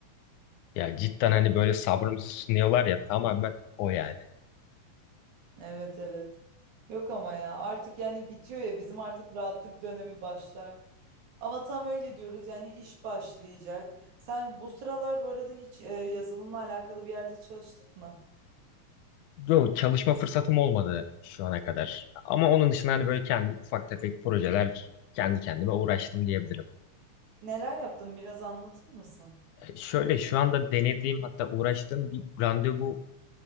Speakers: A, on the left; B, on the right.
A: Ya cidden hani böyle sabrımızı sınıyorlar ya. Tamamen o yani.
B: Evet evet. Yok ama ya artık yani bitiyor ya bizim artık rahatlık dönemi başlar. Ama tam öyle diyoruz yani iş başlayacak. Sen bu sıralar bu arada hiç e, yazılımla alakalı bir yerde çalıştın mı?
A: Yok çalışma fırsatım olmadı şu ana kadar. Ama onun dışında hani böyle kendim ufak tefek projeler kendi kendime uğraştım diyebilirim.
B: Neler yaptın biraz anlatır mısın?
A: E, Şöyle şu anda denediğim hatta uğraştığım bir randevu